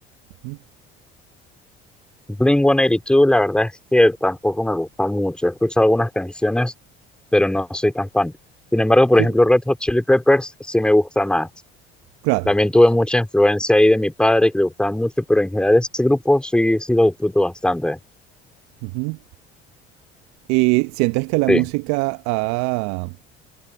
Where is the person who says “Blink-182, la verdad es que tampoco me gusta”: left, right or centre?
Centre